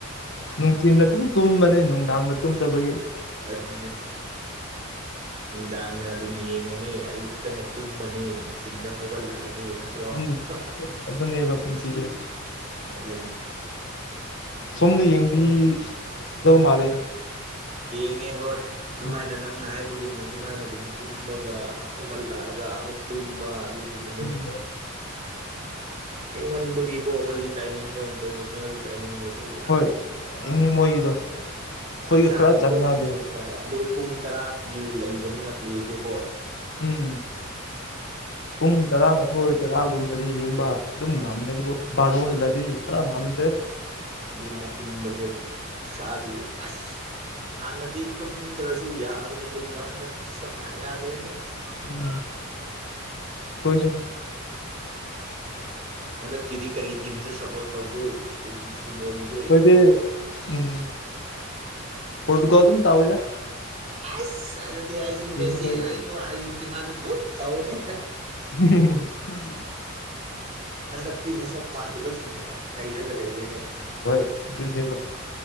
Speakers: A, on the left; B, on the right.
A: ꯅꯨꯡꯇꯤꯜ ꯑꯗꯨꯝ ꯇꯨꯝꯕ ꯅꯦ ꯅꯨꯡꯗꯥꯡꯗ ꯇꯨꯝꯗꯕꯒꯤ
B: ꯑꯗꯨꯅꯦ ꯅꯨꯡꯗꯥꯡꯅ ꯑꯗꯨꯝ ꯌꯦꯡꯉꯅꯤ ꯑꯌꯨꯛꯇꯅ ꯇꯨꯝꯃꯅꯤ ꯅꯨꯡꯊꯤꯟꯗ ꯍꯧꯒꯠꯂꯛꯑꯅꯤ ꯅꯠꯇ꯭ꯔꯣ <unintelligible>
A: ꯎꯝ ꯑꯗꯨꯅꯦꯕ ꯄꯨꯟꯁꯤꯁꯦ
B: ꯑꯗꯨꯅꯦ
A: ꯁꯣꯝꯗ ꯌꯦꯡꯕꯤ ꯗ ꯃꯥꯜꯂꯦ
B: ꯌꯦꯡꯉꯦ ꯍꯣꯏ ꯑꯗꯨꯃꯥꯏꯅ
A: ꯎꯝ
B: ꯅꯪ ꯍꯥꯏꯕꯒꯨꯝꯅ ꯑꯗꯨꯃꯥꯏꯅ ꯑꯗꯨꯝ ꯇꯨꯝꯃꯒ ꯍꯧꯒꯠꯂꯛꯑꯒ ꯑꯃꯨꯛ ꯇꯨꯝꯕ ꯑꯗꯨꯒꯨꯝꯕꯗꯅꯦ
A: ꯎꯝ
B: ꯊꯦꯡꯃꯟꯕꯒꯤꯀꯣ ꯑꯩꯈꯣꯏꯒꯤ ꯇꯥꯏꯃꯤꯡꯒ ꯏꯟꯇꯔꯅꯦꯁꯅꯦꯜꯒꯤ ꯇꯥꯏꯃꯤꯡꯒꯕꯨ ꯌꯥꯗꯦꯅꯦ
A: ꯍꯣꯏ ꯌꯦꯡꯉꯤ ꯃꯣꯏꯒꯤꯗꯣ ꯑꯩꯈꯣꯏꯒ
B: ꯍꯛꯆꯥꯡꯗꯤ
A: ꯈꯔ ꯆꯥꯟꯅꯗꯦ
B: ꯂꯣꯏ ꯁꯣꯛ ꯇꯥꯔꯦ ꯑꯗꯣ ꯄꯨꯡ ꯇꯔꯥꯒꯤ ꯂꯩꯕꯅꯤꯅ ꯄ꯭ꯂꯦꯁꯦ ꯀꯣ
A: ꯎꯝ ꯄꯨꯡ ꯇꯔꯥꯃꯊꯣꯏ ꯇꯔꯥꯒꯨꯝꯕꯗꯤ ꯌꯦꯡꯕ ꯑꯗꯨꯝ ꯉꯝꯃꯦ ꯑꯗꯨꯕꯨ ꯕꯥꯔꯣ ꯍꯦꯜꯂꯗꯤ ꯈꯔ ꯉꯝꯗꯦ
B: ꯑꯗꯨꯅꯦ ꯇꯨꯝꯕꯁꯦ ꯏꯁꯥꯁꯤ ꯑꯁ ꯍꯥꯟꯅꯗꯤ ꯇꯨꯝꯗ꯭ꯔꯁꯨ ꯌꯥꯕꯅꯦ ꯑꯗꯨꯕꯨ ꯍꯟꯗꯛꯇꯤ ꯁꯨꯛꯌꯥ ꯌꯥꯗ꯭ꯔꯦꯍꯦ
A: ꯎꯝ ꯈꯣꯏꯁꯨꯅꯤ
B: ꯍꯟꯗꯛꯀꯤꯗꯤ ꯀꯔꯤ ꯇꯤꯝꯗ ꯁꯞꯄꯣꯔꯠ ꯇꯧꯕ꯭ꯔꯣ ꯐꯨꯠꯕꯣꯜꯒꯤꯁꯦ
A: ꯀꯣꯏꯗꯤ ꯎꯝ ꯄꯣꯔꯇꯨꯒꯜ ꯑꯗꯨꯝ ꯇꯥꯋꯦꯗ
B: <unintelligible> ꯑꯁ ꯑꯗꯨꯗꯤ ꯑꯩꯁꯨ ꯃꯦꯁꯤ
A: ꯑꯩꯈꯣꯏꯗꯤ
B: ꯑꯩꯗꯣ ꯑꯥꯔꯖꯦꯟꯇꯤꯅꯥꯗ ꯑꯗꯨꯝ ꯇꯧꯅꯤ
A: ꯍꯨꯝ ꯍꯨꯝ
B: ꯍꯟꯗꯛꯇꯤ ꯃꯁꯛ ꯃꯥꯟꯗꯕꯁꯤꯡꯅ ꯅꯩꯔꯒ ꯂꯩꯔꯦꯅꯦ
A: ꯍꯣꯏ ꯑꯗꯨꯅꯦꯕ